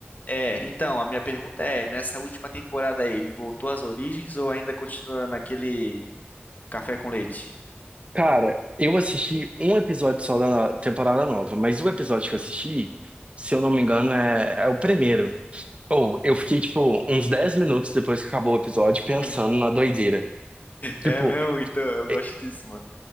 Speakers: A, on the left; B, on the right.
A: É, então, a minha pergunta é, nessa última temporada aí, ele voltou às origens ou ainda continua naquele café com leite?
B: Cara, eu assisti um episódio só da temporada nova, mas o episódio que eu assisti, se eu não me engano, é, é o primeiro. Ou eu fiquei, tipo, uns 10 minutos depois que acabou o episódio pensando
A: <laughs>
B: na doideira. Tipo,
A: É mesmo, então, eu gosto
B: e-
A: disso, mano.